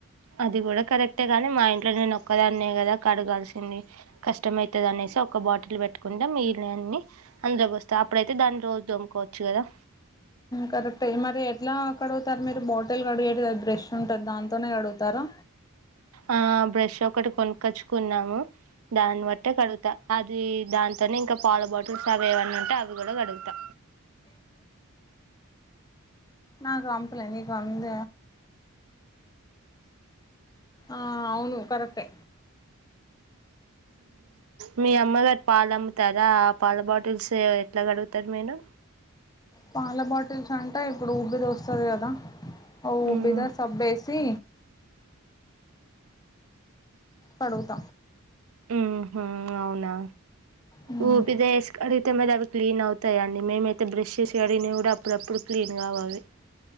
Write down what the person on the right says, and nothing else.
అది కూడా కరెక్టే కాని మా ఇంట్లో నేను ఒక్కదా అన్న కదా కడగాల్సింది కష్టమవుతుంది అనేసి ఒ బాటిల్ పెట్టుకుంటే మిగిలినవన్నీ అందులోకి పోస్తే అప్పుడైతే దాన్ని రోజు దముకోవచ్చు కదా
ఆ బ్రష్ ఒకటి కొనుక్కచ్చుకున్నాము దాన్ని బట్టి కడుగుతా అది దాంతోనే ఇంకా పాల బాటిల్స్ అవి ఏవన్న ఉంటే అవి కూడా గడుగుతా
మీ అమ్మగారు పాలమ్ముతారా పాల బాటిల్స్ ఎట్లా గడుగుతారు మీను
మ్మ్
ఉ హ అవునా
ఊ బ దస్ కడి మొత్తం మీద అవి క్లీన్ అవుతాయిండి మేమైతే బ్రష్ చేసి కడిగినవి కూడా అప్పుడప్పుడు క్లీన్గా అవ్వవి